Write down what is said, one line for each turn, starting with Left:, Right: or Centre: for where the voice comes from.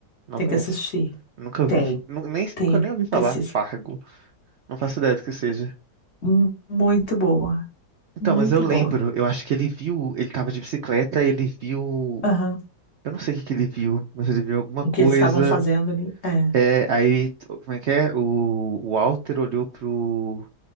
Right: Não
Left: Tem
Right: conheço.
Left: que assistir.
Right: Nunca vi.
Left: Tem,
Right: Nu- Nem,
Left: tem,
Right: nunca nem ouvi falar.
Left: precisa.
Right: Fargo. Não faço ideia do que seja.
Left: Mu- Muito boa,
Right: Então,
Left: muito
Right: mas eu lembro,
Left: boa.
Right: eu acho que ele viu, ele tava de bicicleta, ele viu.
Left: Aham.
Right: Eu não sei o que que ele viu, mas ele viu alguma
Left: O
Right: coisa.
Left: que eles estavam fazendo ali, é.
Right: É, aí, como é que é? O, o Walter olhou pro,